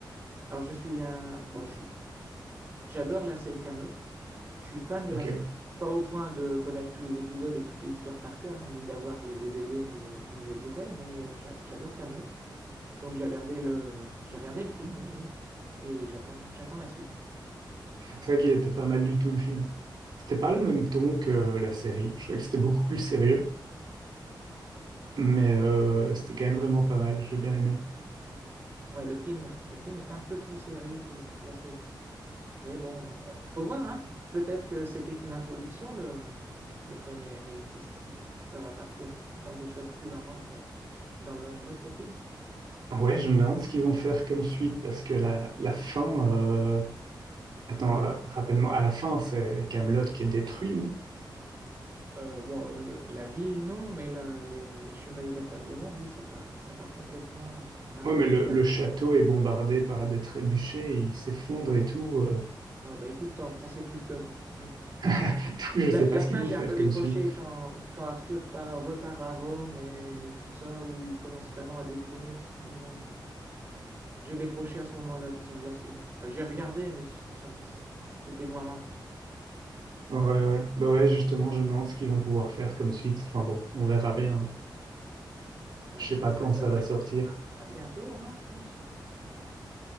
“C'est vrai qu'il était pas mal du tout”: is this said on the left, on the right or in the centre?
Right